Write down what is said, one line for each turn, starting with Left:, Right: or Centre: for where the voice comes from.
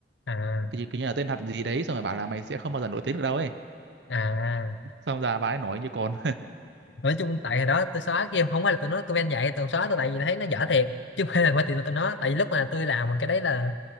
Left: à
Right: Kiểu, kiểu như là tên thật gì đấy xong rồi bảo là mày sẽ không bao giờ nổi tiếng được đâu ấy.
Left: à
Right: Xong giờ bà ấy nổi như con
Left: nói chung tại hồi đó tôi xóa kia không phải là tôi nói comment vậy tôi xóa tôi tại vì thấy nó dở thiệt chứ không phải là bởi vì tôi nói tại vì lúc mà tôi làm cái đấy là